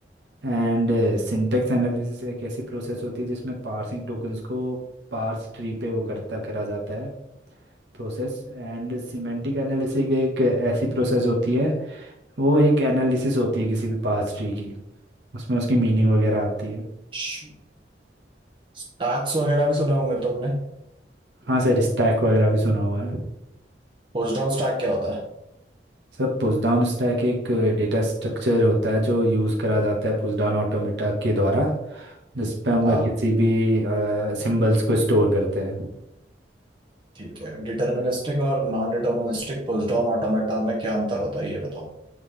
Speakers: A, on the right; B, on the right.
A: एंड सिंटेक्स एनालिसिस एक ऐसी प्रोसेस होती है जिसमें पार्सिंग टोकन्स को पार्स ट्री पे वो करता करा जाता है प्रोसेस एंड सिमेंटिक एनालिसिस एक ऐसी प्रोसेस होती है वो एक एनालिसिस होती है किसी भी पास्ट ट्री की उसमें उसकी मीनिंग वगैरह आती है
B: अच्छा स्टैक्स वगैरह भी सुने होंगे तुमने
A: हाँ सर स्टैक वगैरह भी सुना हुआ है
B: पुशडाउन स्टैक क्या होता है
A: सर पुश डाउन स्टैक एक डेटा स्ट्रक्चर होता है जो यूज़ करा जाता है पुश डाउन ऑटोमेटा के द्वारा जिस पे हम
B: हाँ
A: किसी भी सिंबल्स को स्टोर करते हैं
B: ठीक है डिटर्मिनिस्टिक और नॉन डिटर्मिनिस्टिक पुशडाउन ऑटोमेटा में क्या अंतर होता है ये बताओ